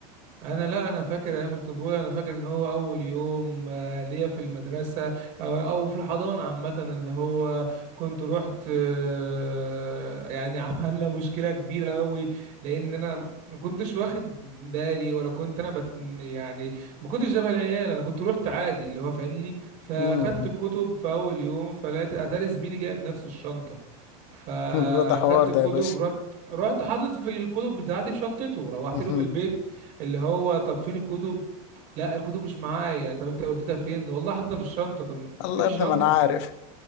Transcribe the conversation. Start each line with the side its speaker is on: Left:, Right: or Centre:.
Right: انا لا انا فاكر ايام الطفوله انا فاكر ان هو اول يوم آه، ليا في المدرسه او او في الحضانه عامه ان هو كنت رحت آه، يعني <laughs> عملنا مشكله كبيره قوي لان انا ما كنتش واخد بالي ولا كنت انا بت يعني ما كنتش جابها العيال انا كنت رحت عادي اللي هو فاهمني فاخدت
Left: مم.
Right: الكتب في اول يوم فلقيت اتاري زميلي جايب نفس الشنطه فاخدت
Left: <laughs> ده حوار ده
Right: الكتب
Left: يا باشا
Right: رحت رحت حاطط في الكتب بتاعتي في شنطته روحت
Left: <laughs>
Right: لهم البيت اللي هو طب فين الكتب لا الكتب مش معايا طب انت وديتها فين والله حاططها في الشنطه طب
Left: الله
Right: فين الشنطه
Left: يا ابني ما انا عارف